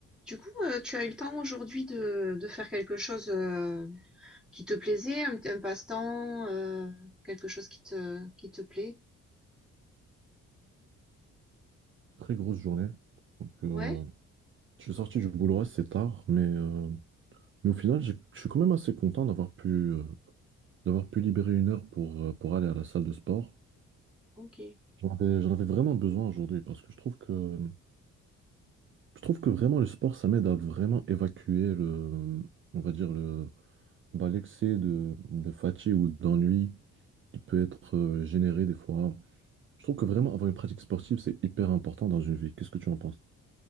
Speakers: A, in the centre; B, on the right.
A: Du coup, euh, tu as eu le temps aujourd'hui de, de faire quelque chose euh, qui te plaisait, un, un passe-temps, euh, quelque chose qui te, qui te plaît?
B: Très grosse journée. Donc, euh,
A: Ouais,
B: je suis sorti du boulot assez tard, mais, euh, mais au final, j'ai- je suis quand même assez content d'avoir pu, euh, d'avoir pu libérer une heure pour, euh, pour aller à la salle de sport.
A: ok.
B: J'en avais, j'en avais vraiment besoin aujourd'hui parce que je trouve que, je trouve que vraiment le sport, ça m'aide à vraiment évacuer le, on va dire le, bah, l'excès de, de fatigue ou d'ennui qui peut être euh, généré des fois. Je trouve que vraiment avoir une pratique sportive, c'est hyper important dans une vie. Qu'est-ce que tu en penses?